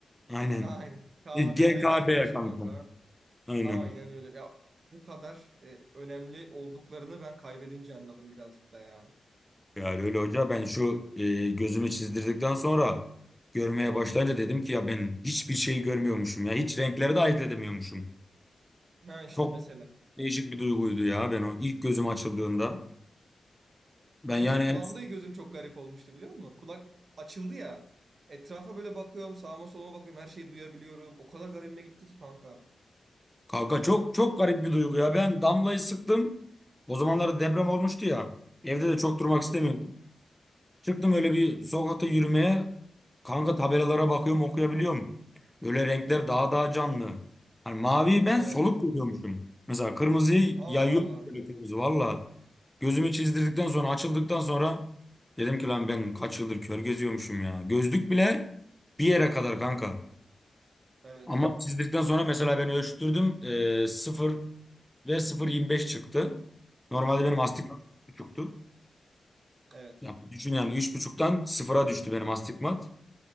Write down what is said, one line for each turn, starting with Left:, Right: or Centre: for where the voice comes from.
Centre: Aynen.
Right: Aynen. KBB
Centre: GKB
Right: ve göz
Centre: kanka.
Right: kanka.
Centre: Aynen.
Right: Aynen öyle. Ya bu kadar e, önemli olduklarını ben kaybedince anladım birazcık da ya.
Centre: Yani öyle hoca ben şu e, gözümü çizdirdikten sonra görmeye başlayınca dedim ki ya ben hiçbir şey görmüyormuşum ya. Hiç renkleri de ayırt edemiyormuşum.
Right: Ha işte
Centre: Çok
Right: mesela.
Centre: Değişik bir duyguydu ya ben o ilk gözüm açıldığında. Ben
Right: Benim
Centre: yani
Right: de
Centre: en-
Right: kulağımda gözüm çok garip olmuştu biliyor musun? Kulak açıldı ya. Etrafa böyle bakıyorum, sağıma soluma bakıyorum, her şeyi duyabiliyorum. O kadar garibime gitti ki kanka.
Centre: kanka çok çok garip bir duygu ya. Ben damlayı sıktım. O zamanlarda deprem olmuştu ya. Evde de çok durmak
Right: Hı,
Centre: istemiyordum. Çıktım öyle bir sokakta yürümeye. Kanka tabelalara bakıyorum okuyabiliyorum. Böyle renkler daha daha canlı. Hani maviyi ben
Right: evet.
Centre: soluk görüyormuşum. Mesela kırmızıyı
Right: Allah
Centre: yayıyor
Right: Allah.
Centre: böyle kırmızı valla. Gözümü çizdirdikten sonra açıldıktan sonra dedim ki lan ben kaç yıldır kör geziyormuşum ya. Gözlük bile bir yere kadar kanka.
Right: Evet.
Centre: Ama çizdikten sonra mesela ben ölçtürdüm. E, 0 ve 0.25 çıktı. Normalde benim
Right: Hı hı.
Centre: astigmat 3.5'tu.
Right: Evet.
Centre: Yani düşün yani üç buçuktan sıfıra düştü benim astigmat.